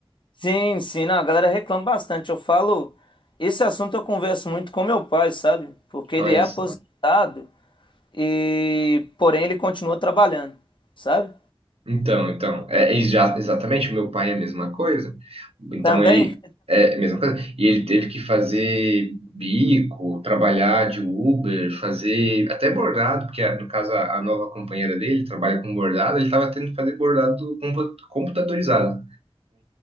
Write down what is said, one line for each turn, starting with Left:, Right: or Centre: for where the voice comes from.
Left: Sim, sim. Não, a galera reclama bastante. Eu falo... Esse assunto eu converso muito com meu pai, sabe? Porque ele
Right: Olha
Left: é aposentado
Right: só.
Left: e... Porém, ele continua trabalhando, sabe?
Right: Então, então, é, é exa- exatamente, meu pai é a mesma coisa. Então
Left: Também?
Right: ele é a mesma coisa. E ele teve que fazer bico, trabalhar de Uber, fazer até bordado, porque a- no caso a, a nova companheira dele trabalha com bordado, ele estava tendo que fazer bordado compu- computadorizado